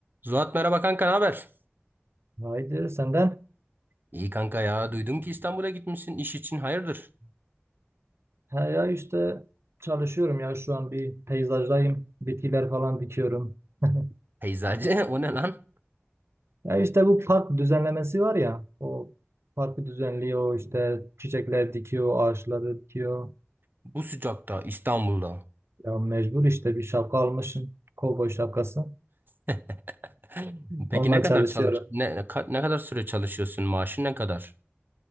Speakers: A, on the right; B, on the right.
A: Zuhat merhaba kanka ne haber?
B: Haydi senden.
A: İyi kanka ya duydum ki İstanbul'a gitmişsin iş için hayırdır?
B: Ha ya işte çalışıyorum ya şu an bir peyzajdayım. Bitkiler falan dikiyorum. <laughs>
A: Peyzacı <laughs> o ne lan?
B: Ya işte bu park düzenlemesi var ya. O parkı düzenliyor işte çiçekler dikiyor, ağaçları dikiyor.
A: Bu sıcakta İstanbul'da.
B: Ya mecbur işte bir şapka almışım. Kovboy şapkası.
A: <laughs> Peki
B: Onunla
A: ne kadar
B: çalışıyorum.
A: çalış ne, ne ka- ne kadar süre çalışıyorsun? Maaşın ne kadar?